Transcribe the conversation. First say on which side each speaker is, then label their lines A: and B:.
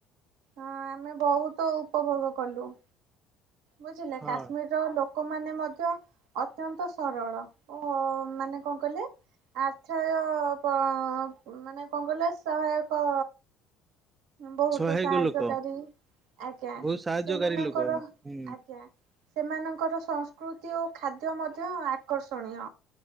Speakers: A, on the right; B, on the right.
A: ହଁ ଆମେ ବହୁତ ଉପଭୋଗ କଲୁ। ବୁଝିଲେ?
B: ହଁ
A: କାଶ୍ମୀରର ଲୋକମାନେ ମଧ୍ୟ ଅତ୍ୟନ୍ତ ସରଳ। ଓ ମାନେ କଣ କହିଲେ? ଆର୍ଥୟ କ ମାନେ କଣ କହିଲେ? ସହାୟକ ବହୁତ
B: ସହାୟକ
A: ସାହାଯ୍ୟକାରୀ।
B: ଲୋକ
A: ଆଜ୍ଞା।
B: ବହୁତ ସାହାଯ୍ୟକାରୀ
A: ସେମାନଙ୍କର
B: ଲୋକ। ହୁଁ
A: ଆଜ୍ଞା ସେମାନଙ୍କର ସଂସ୍କୃତି ଓ ଖାଦ୍ୟ ମଧ୍ୟ ଆକର୍ଷଣୀୟ।